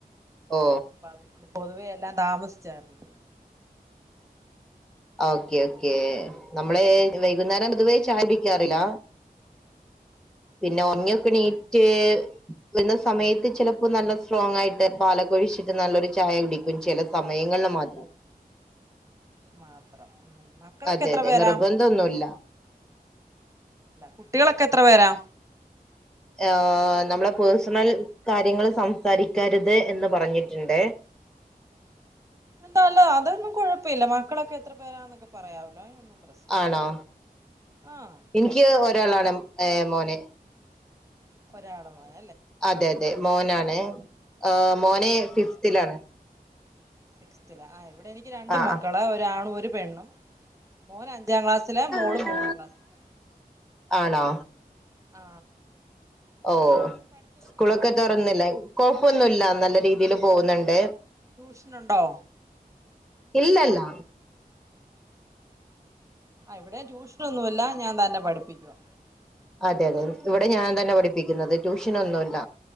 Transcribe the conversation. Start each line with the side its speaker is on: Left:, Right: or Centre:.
Centre: ഓ
Right: അപ്പൊ അതുകൊ പൊതുവേ എല്ലാം താമസിച്ചാരുന്നു
Centre: ഓക്കെ ഓക്കേ നമ്മളെ എ വൈന്നേരം പൊതുവേ ചായ കുടിക്കാറില്ല പിന്നെ ഒറങ്ങിയൊക്കെണീ
Right: ആഹ്
Centre: എണീറ്റു വരുന്ന സമയത്ത് ചിലപ്പോ നല്ല സ്ട്രോങ് ആയിട്ട് പാലക്കൊഴിച്ചിട്ട് നല്ലൊരു ചായ കുടിക്കും ചില സമയങ്ങളിൽ മാത്രം
Right: മാത്രം മക്കളൊക്കെ
Centre: അതെ
Right: എത്ര
Centre: അതെ
Right: പേരാ
Centre: നിർബന്ധമൊന്നുമില്ല
Right: കുട്ടികളൊക്കെ എത്ര പേരാ
Centre: ആഹ് നമ്മളെ പേഴ്സണൽ കാര്യങ്ങൾ സംസാരിക്കരുത് എന്ന് പറഞ്ഞിട്ടുണ്ട്
Right: അല്ലാല്ല അതൊന്നും കുഴപ്പമില്ല മക്കളൊക്കെ എത്ര പേരാന്നൊക്കെ പറയാവല്ലോ അതിനൊന്നും പ്രശ്നമില്ല
Centre: ആണോ
Right: ആഹ്
Centre: എനിക്ക് ഒരാളാണ് ഏഹ് മോന്
Right: ഒരാളോ ആഹ്
Centre: അതെ അതെ മോനാണ് ആ മോൻ ന് ഫിഫ്തിലാണ്
Right: സിക്സ്തില ആ എവ് എനിക്ക് രണ്ട്
Centre: ആഹ്
Right: മക്കളാ ഒരാണു ഒ ഒരു പെണ്ണും മോൻ അഞ്ചാം ക്ലാസ്സില് മോള്
Centre: ആഹ്
Right: മൂന്നാം ക്ലാസ്സില്
Centre: ആണോ
Right: ആ
Centre: ഓ സ്കൂളൊക്കെ തുറന്നില്ലേ കൊഴപ്പൊന്നുമില്ല നല്ല രീതില് പോകുന്നുണ്ട്
Right: ട്യൂഷനുണ്ടോ?
Centre: ഇല്ലല്ല
Right: ഇവിടെ ട്യൂഷനൊന്നുമില്ല ഞാൻ തന്നെ പഠിപ്പിക്കുവാ.
Centre: അതെ അതെ ഇവിടെ ഞാൻ തന്നെ പഠിപ്പിക്കുന്നത് ട്യൂഷൻ ഒന്നും ഇല്ല